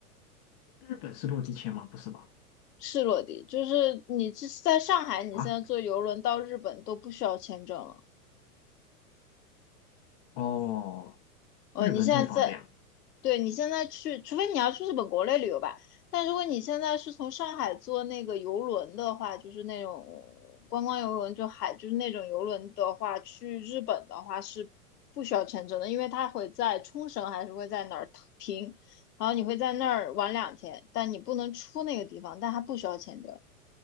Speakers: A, on the left; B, on the left.
A: 日本是落地签吗？不是吧？
B: 是落地，就是你这在上海，你现在坐游轮到日本都不需要签证了。
A: 啊，哦，
B: 呃，
A: 日本这么方便啊？
B: 你现在在，对你现在去，除非你要去日本国内旅游吧。但如果你现在是从上海坐那个游轮的话，就是那种观光游轮，就海，就是那种游轮的话，去日本的话是不需要签证的，因为它会在冲绳还是会在哪儿停，然后你会在那儿玩两天，但你不能出那个地方，但它不需要签证。